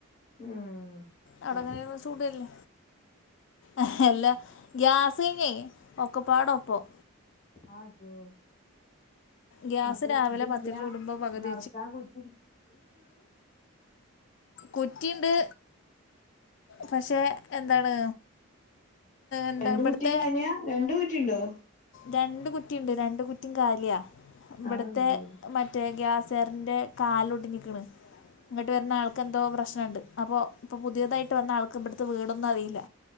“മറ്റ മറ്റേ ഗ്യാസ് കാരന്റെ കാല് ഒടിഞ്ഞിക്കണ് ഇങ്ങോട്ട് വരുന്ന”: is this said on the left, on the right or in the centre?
Left